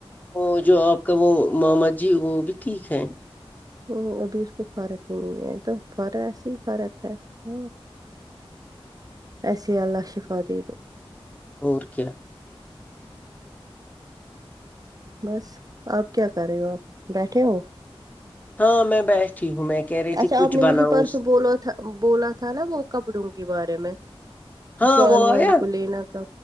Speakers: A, on the left (about 15°); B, on the right (about 40°).
A: وہ جو آپ کا وہ ماما جی وہ بھی ٹھیک ہے
B: ہ ابھی اس کو فرق ہی نہیں ہے تو فر ایسے ہی فرق ہے ہ ایسے اللہ شفا دے دو
A: اور کیا
B: بس آپ کیا کر رہے ہو آپ بیٹھے ہو
A: ہاں میں بٹھی ہوں میں کہہ رہی تھی
B: اچھا
A: کچھ
B: آپ نے
A: بناؤ
B: مجھے پرسوں بولا تھا بولا تھا نا وہ کپڑوں کے بارے میں
A: ہاں
B: شال
A: وہ
B: والی
A: آیا
B: کو لینا کا